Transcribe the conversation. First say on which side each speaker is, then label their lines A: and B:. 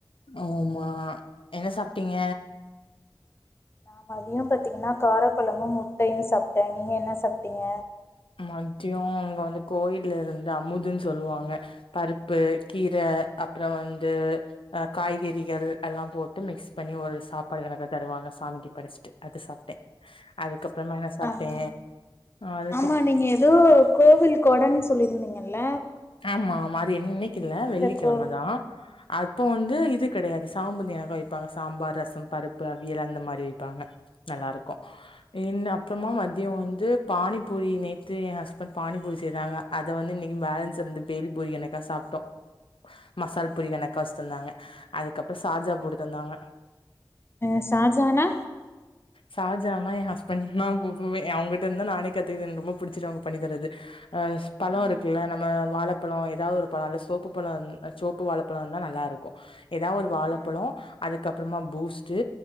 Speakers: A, on the left; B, on the left.
A: ஆமாம்மா என்ன சாப்ட்டீங்க
B: அ மதியோ பாத்தீங்கன்னா காரக்கொழம்பு, முட்டையு சாப்ட்டே நீங்க என்ன சாப்ட்டீங்க
A: மத்யோ அங்க வந்து கோயில்ல இருந்து அமுதுன் சொல்லுவாங்க பருப்பு, கீர அப்றோ வந்து அ காய்கறிகள் எல்லா போட் டு மிக்ஸ் பண்ணி ஒரு சாப்பாடு எல்லார்க்கு தருவாங்க சாமிக்கு படஸ்ட்டு அது சாப்ட்டே அதுக்கப்பறமா என்ன சாப்ட்டே
B: ஆஹா
A: அது
B: ஆமா நீங்க எதோ கோவில் கொடன் சொல்லீர்ந்தீங்கல்ல
A: ஆமாம்மா அது இன்னைக் இல்ல வெள்ளிக்கிழம
B: கோ
A: தா அப்போ வந்து இது கெடையாது சாம்பு <unintelligible> வைப்பாங்க சாம்பார், ரசம், பருப்பு, அவியல் அந்த மாரி வெய் ப்பாங்க நல்லாருக்கு இன் அப்றமா மதியோ வந்து பானி பூரி நேத்து எ ஹஸ்பண்ட் பானிபூரி செய்தாங்க அத வந்து இன்னைக் பேலன்ஸ் இருந்துத் பேல் பூரி எனக்கா சாப்ட்டோ மசால் பூரி எனக்கா வஸ்தந்தாங்க அதுக்கப்றோ சார்ஜா போட்டுட்டு தந்தாங்க
B: ஆ ஷாஜானா
A: சார்ஜானா எ ஹஸ்பண்ட் நா போபோவே ஏ அவுங்கிட்டர்ந்து தா நானே கத்துகுதுன் ரொம்ப புடிச்சுரு அவுங்க பண்ணி தரது அ பழோ
B: ம்
A: இருக்குல்ல நம்ம வாழப்பழோ எதா ஒரு பழோ நல்ல சோப்பு பழோ இர் சோப்பு வாழப்பழோ இர்ந்தா நல்லாருக்கு எதா ஒரு வாழப்பழோ
B: ம்
A: அதுக்கப்பறமா பூஸ்ட்டு